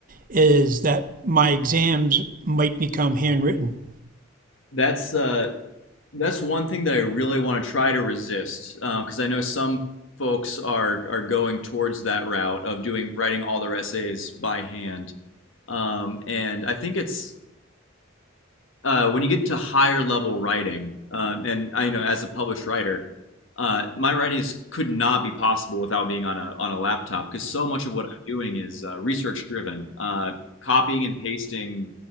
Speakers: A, on the right; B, on the left.
A: is that my exams might become handwritten.
B: That's uh, that's one thing that I really want to try to resist because I know some folks are are going towards that route of doing writing all their essays by hand, um, and I think it's uh, when you get to higher level writing, um, and I you know as a published writer, uh, my writing is, could not be possible without being on a on a laptop because so much of what I'm doing is uh, research driven, uh, copying and pasting